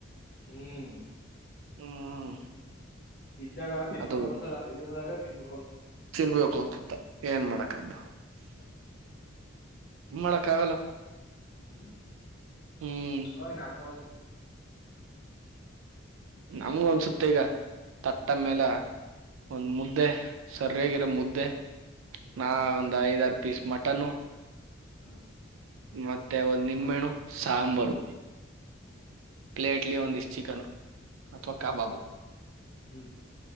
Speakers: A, on the left (about 55°); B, on the right (about 90°).
A: ಹ್ಮ್
B: ಹ್ಮ್
A: ಇದ್ದಾಗ ತಿನ್ಬೇಕು
B: ಅದು
A: ಒಂದ್ಸಲ ಐರದಾಗ ತಿನ್ಬೇಕುಂದಸಲ
B: ತಿನ್ಬೇಕು ಅಂತುತ್ತ ಏನ್ ಮಾಡಕದ್ದು
A: ಹ
B: ಏನ್ ಮಾಡಕ್ ಆಗಲ್ಲ
A: ಹ್ಮ್
B: ಹ್ಮ್
A: ಹಾಗ ನಮ್ಮ ಅನ್ಸುತ್ತ
B: ನಮ್ಗು ಅನ್ಸುತ್ತೆ ಈಗ ತತ್ತಮ್ಮೇಲ
A: ಹ್ಮ್
B: ಒಂದ್ ಮುದ್ದೆ ಸರಿಯಾಗಿರೋ ಮುದ್ದೆ ನಾ
A: ಹಾ
B: ಒಂದ್ ಐದರು ಪೀಸ್ ಮಟನ್ನು
A: ಹಾ
B: ಮತ್ತೆ ಒಂದು ನಿಮ್ಮೆಣು ಸಾಂಬಾರು
A: ಹ್ಮ
B: ಪ್ಲೇಟ್ಲಿ ಒಂದಿಷ್ಟ ಚಿಕನ್ ಅಥವಾ ಕಬಾಬು
A: ಹ್ಮ್